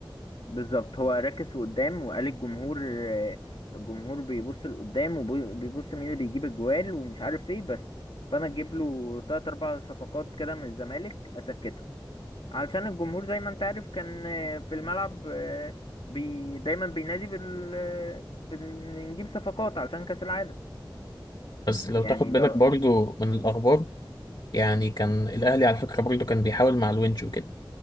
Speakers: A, on the left; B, on the left.
A: بالظبط هو ركز في قدام وقال الجمهور آه، الجمهور بيبص لقدام وبيبص مين اللي بيجيب الجوال ومش عارف ايه بس فانا اجيب له تلات اربع صفقات كده من الزمالك اسكته علشان الجمهور زي ما انت عارف كان آه، في الملعب آه، بي دايما بينادي بال... بنجيب صفقات علشان كأس العالم
B: بس لو
A: يعني
B: تاخد بالك
A: لو
B: برضو من الاخبار يعني كان الاهلي
A: مم.
B: على فكره برضو كان بيحاول مع الونش وكده